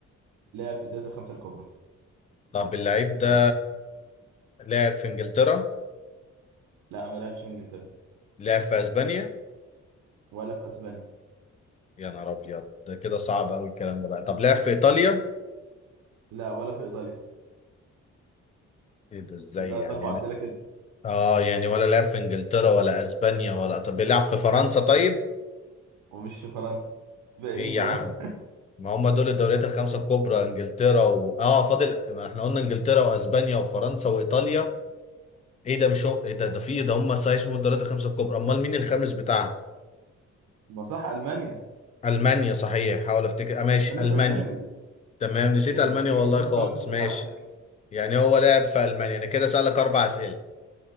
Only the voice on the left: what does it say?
طب اللعيب ده
لعب في انجلترا
لعب في اسبانيا
يا نهار ابيض ده كده صعب قوي الكلام ده بقى طب لعب في ايطاليا
ايه ده ازاي
يعني
اه يعني ولا لعب في انجلترا ولا اسبانيا ولا طب بيلعب في فرنسا طيب
ايه
يا
عم ما هم دول الدوريات الخمسة الكبرى انجلترا و... اه فاضل ما احنا قلنا انجلترا واسبانيا وفرنسا وايطاليا ايه ده مش هم... ايه ده ده في ده هم صحيح اسمهم الدوريات الخمسة الكبرى امال مين الخامس بتاعها
المانيا صحيح حاول افتكر آه، ماشي
المانيا
تمام نسيت
ألمانيا
والله
خالص
ماشي
يعني هو لعب في ألمانيا أنا كده سألك أربع أسئلة